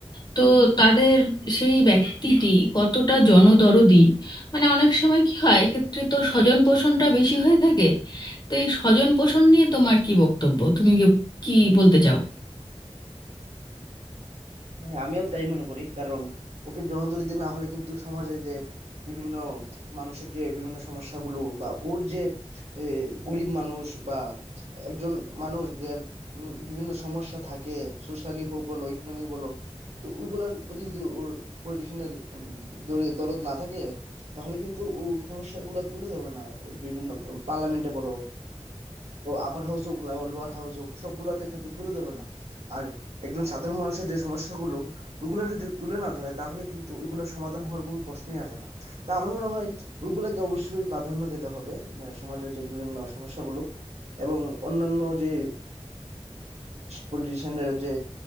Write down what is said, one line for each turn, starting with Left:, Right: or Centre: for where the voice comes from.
Left: তো তাদের সেই ব্যক্তিটি কতটা জনদরদি মানে অনেক সময় কি হয় এক্ষেত্রে তো স্বজন পোষণটা বেশি হয়ে থাকে তো এই স্বজন পোষণ নিয়ে তোমার কি বক্তব্য তুমি কি কি বলতে চাও
Right: হ্যাঁ আমিও তাই মনে করি কারণ ওকে জনদরদি না হলে কিন্তু সমাজে যে বিভিন্ন মানুষের যে বিভিন্ন সমস্যাগুলো বা ওর যে এ, গরিব মানুষ বা একজন মানুষ যার উম, বিভিন্ন সমস্যা থাকে সোশ্যালি হোক বলো ইকোনমি বলো তো ওইগুলোর প্রতি যদি ওর পলিটিশিয়ানের দরদ না থাকে তাহলে কিন্তু ও সমস্যাগুলো তুলে ধরবে না বিভিন্ন পার্লামেন্টে বলো আপার হাউস হোক লোয়ার হাউস হোক সবগুলাতে কিন্তু তুলে ধরবে না আর একজন সাধারণ মানুষের যে সমস্যাগুলো ওইগুলো যদি তুলে না ধরে তাহলে কিন্তু ওইগুলোর সমাধান হওয়ার কোনো প্রশ্নই আসে না তা আমার মনে হয় ওইগুলাকে অবশ্যই প্রাধান্য দিতে হবে আহ, সমাজের যে বিভিন্ন সমস্যাগুলো এবং অন্যান্য যে পলিটিশিয়ানদের যে